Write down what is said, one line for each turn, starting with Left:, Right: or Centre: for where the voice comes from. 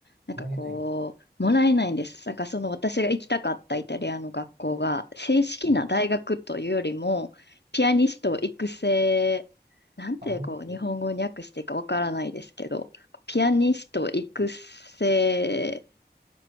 Left: なんかこう、
Right: もらえない。
Left: もらえないんです。なんかその私が行きたかったイタリアの学校が、正式な大学というよりも、
Right: うん
Left: ピアニスト育成、なんてこう、
Right: あ、うん
Left: 日本語に訳していいかわからないですけど、ピアニスト育成